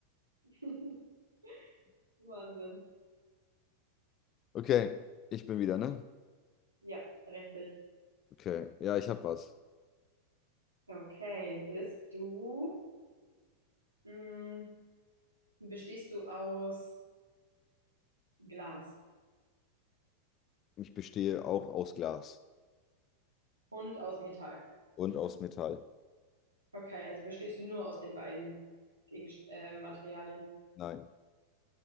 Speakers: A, on the right; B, on the left.
A: <laughs> Wahnsinn.
B: Okay, ich bin wieder, ne?
A: Ja, richtig.
B: Okay, ja, ich habe was.
A: Okay, bist du, mh, bestehst du aus Glas
B: Ich bestehe auch aus Glas
A: und aus Metall?
B: und aus Metall.
A: Okay, also bestehst du nur aus den beiden Gegenst äh, Materialien.
B: Nein.